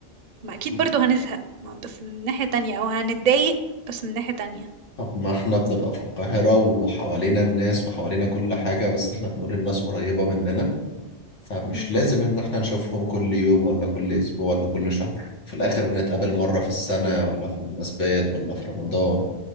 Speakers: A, on the right; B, on the left.
A: ما اكيد
B: مم.
A: برضو هنزهق ما بس من ناحية تانية او هنتضايق بس من ناحية تانية
B: طب ما احنا بنبقى في القاهرة وحوالينا الناس وحوالينا كل حاجة بس احنا بنقول الناس قريبة مننا فمش
A: امم
B: لازم ان احنا نشوفهم كل يوم ولا كل اسبوع ولا كل شهر في الاخر بنتقابل مرة في السنة ولا في المناسبات ولا في رمضان